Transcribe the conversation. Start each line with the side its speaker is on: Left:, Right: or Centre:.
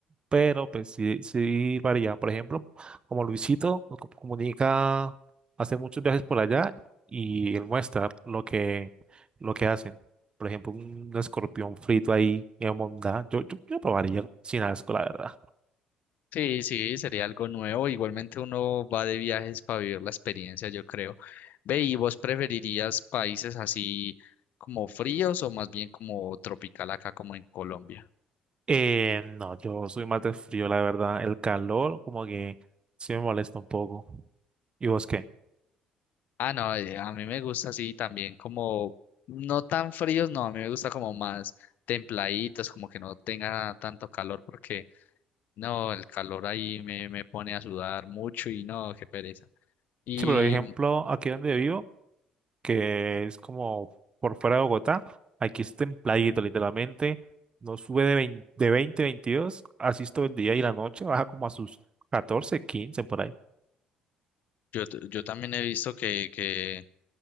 Right: pero pues sí, sí varía. Por ejemplo, como Luisito co- comunica, hace muchos viajes por allá y él muestra lo que, lo que hacen. Por ejemplo, un escorpión frito ahí en Mondá. Yo, yo, yo probaría sin asco, la verdad.
Left: Sí, sí, sería algo nuevo, igualmente uno va de viajes para vivir la experiencia, yo creo. Ve, ¿y vos preferirías países así como fríos o más bien como tropical acá como en Colombia?
Right: Eh, no, yo soy más de frío, la verdad. El calor como que sí me molesta un poco. ¿Y vos qué?
Left: Ah, no, eh, a mí me gusta así también como, no tan fríos, no, a mí me gusta como más templaditos, como que no tenga tanto calor, porque no, el calor ahí me, me pone a sudar mucho y no, qué pereza. Y
Right: Sí, por ejemplo,
Left: mm,
Right: aquí donde vivo, que es como por fuera de Bogotá, aquí es templadito, literalmente, no sube de veinte, de 20 22 así es todo el día y la noche, baja como a sus 14 15 por ahí.
Left: yo, t- yo también he visto que, que,